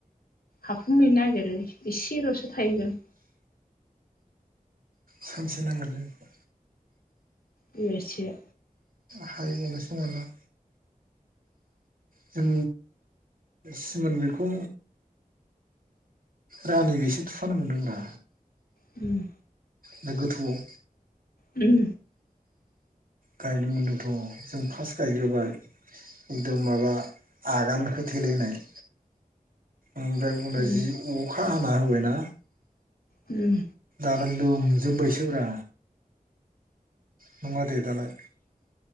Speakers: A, on the left (about 85°); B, on the right (about 70°).
A: हाबहां हैनो नागिरो एसेल'सो थाहैगोन।
B: सानसे नांगोन लोगो।
A: बेगा सेआ
B: हारि मल सङना जों सिमोन बेखौ रानिबोसे थुफानो मोनदोंब्रा।
A: उम।
B: बे गोथौआव।
A: उम।
B: गायनो मोन्दोंथ' जों फार्स्ट गायग्रोबाय एकदम माबा आगान होथे लायनाय ओमफ्राय उनाव
A: उम
B: जि अखा हाना होबायना
A: उम।
B: दालाय लोमजोब्बायसोब्रा। नङा दे दालाय